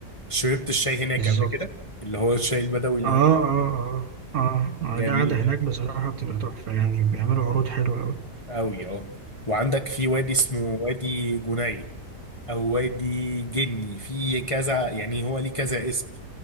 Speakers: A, on the left; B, on the right.
A: شربت الشاي هناك
B: بالظبط
A: قبل كده اللي هو الشاي البدوي اللي
B: اه
A: هم بيعملوه؟
B: اه اه اه آه،
A: جميل
B: القعده هناك بصراحه بتبقى تحفه يعني بيعملوا عروض حلوه قوي
A: قوي اه وعندك في وادي اسمه وادي جني او وادي جني في كذا يعني هو ليه كذا اسم